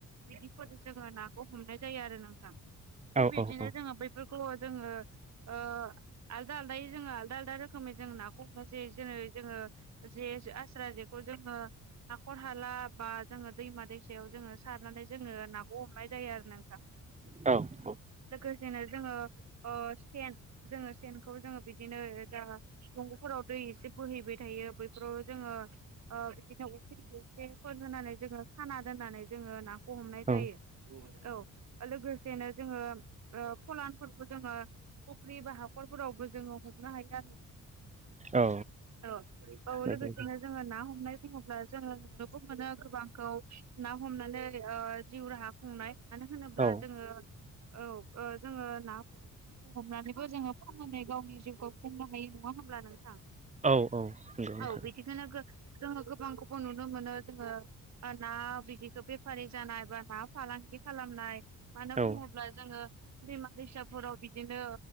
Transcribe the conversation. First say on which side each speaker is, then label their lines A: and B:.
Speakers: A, on the right; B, on the right.
A: बिदिफोर जोङो नाखौ हमनाय जायो आरो नोंथां थिग
B: औ
A: बिदिनो जोङो बै फोर जोङो ओ आलदा आलदायै जोङो आलदा आलदा रो रोखोमै जों नाखौ हमो ज जेरै जोङो जे आस्रा जेखौ जोङो हाखर हाला बा जोङो दैमा दैसायाव जोङो सारनानै जोङो नाखौ हमनाय जायो आरो नोंथां
B: औ
A: लोगोसेनो जोङो ओ सेन जोङो सेनखौ जोङो बिदिनो जा दंग'फोराव दै एसे बोहैबाय थायो बैफोराव जोङो ओ बिदिनो अखि एसेफोर होननानै जोङो साना दोननानै जोङो ना हमनाय
B: औ
A: जायो औ लोगोसेनो जोङो फलानफोरखौ जोङो फुख्रि बा हाख'रफोरावबो जोङो हमनो हायो
B: औ
A: आरो औ औ
B: बेबायदि
A: लोगोसेनो जोङो ना हमनाय बुङोब्ला जोङो नुनोबो मोनो गोबांखौ ना हमनानै जिउ राहा बुंनाय मानो होनोब्ला
B: औ
A: जोङो औ जोङो नाफोरखौ हमनानैबो जोङो फाननानै गावनि जिउखौ खुंनो हायो न ना होनोमब्ला नोंथां
B: औ औ नंगौ नोंथां
A: औ बिदिखौनो जोङो गोबां गोबाव नुनो मोनो जोङो ना बिदिखौ बेफारि जानाय बा ना फालांगि खालामनाय मानो
B: औ
A: बुङोब्ला जोङो बेमा दैसाफोराव बिदिनो